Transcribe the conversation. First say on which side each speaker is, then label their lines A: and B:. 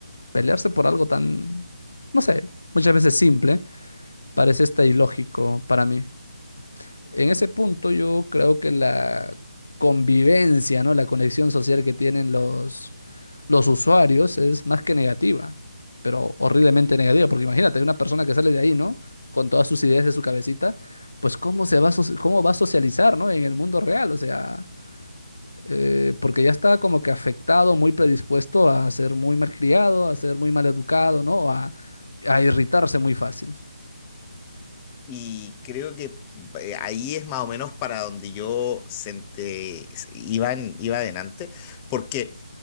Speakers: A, on the left; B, on the left.
A: pelearse por algo tan, no sé, muchas veces simple, parece hasta ilógico para mí. En ese punto yo creo que la convivencia, ¿no? La conexión social que tienen los, los usuarios es más que negativa, pero horriblemente negativa, porque imagínate, una persona que sale de ahí, ¿no? Con todas sus ideas de su cabecita, pues cómo se va a, soci- cómo va a socializar, ¿no? En el mundo real, o sea, eh, porque ya está como que afectado, muy predispuesto a ser muy malcriado, a ser muy maleducado, ¿no? A, a irritarse muy fácil.
B: Y creo que eh, ahí es más o menos para donde yo sent- eh, iba, en- iba adelante, porque,